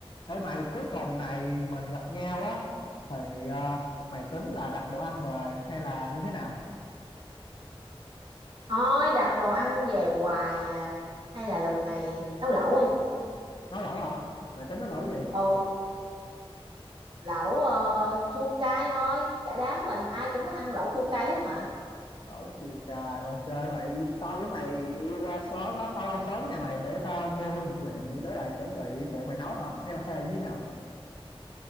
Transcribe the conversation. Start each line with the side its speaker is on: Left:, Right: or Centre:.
Left: Ê mày cuối tuần này mình gặp nhau á thì ờ, mày tính là đặt đồ ăn về hay là như thế nào?
Right: Thôi đặt đồ ăn về hoài à Hay là lần này nấu lẩu đi
Left: Nấu lẩu hả? Mày tính nấu lẩu gì?
Right: Ồ lẩu ờ, chua cay thôi Cả đám mình ai cũng thích ăn lẩu chua cay hết mà
Left: Lẩu chua cay. ok vậy tao với mày đi qua sớm á, tao qua sớm nhà mày để tao mua vật liệu để lại chuẩn bị phụ mày nấu hả? Hay là hay là như thế nào?